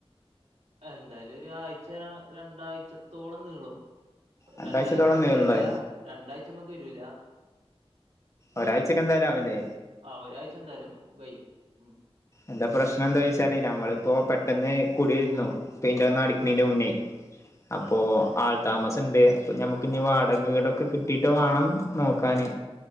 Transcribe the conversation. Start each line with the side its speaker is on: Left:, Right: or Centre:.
Right: എന്തായാലും ഒരാഴ്ച്ച രണ്ടാഴ്ച്ച ത്തോളം നീളും
Left: രണ്ടാഴ്ചത്തോളം
Right: രണ്ടാഴച്ചമ്മക്ക്
Left: നീളുല്ലേ
Right: വരൂല രണ്ടാഴ്ച്ച മ്മക്ക് വരൂല
Left: ഒരാഴ്ചക്കെ
Right: ഏ
Left: എന്തായാലും ആവുല്ലേ
Right: ആ ഒരാഴ്ച്ച എന്തായാലും വയും ഉം
Left: എന്താ പ്രശ്നം എന്താ ചോയ്ച്ചാല് നമ്മളിപ്പോ പെട്ടെന്ന് കുടിയിരുന്നു പെയ്ന്റെറന്ന് അടുക്കുന്നതിന്റെ മുന്നേ അപ്പൊ
Right: ആഹ്
Left: ആൾ താമസണ്ട് അപ്പൊ ഞമ്മക്ക് ഇനി വാടക വീടൊക്കെ കിട്ടിട്ട് വാണം നോക്കാന്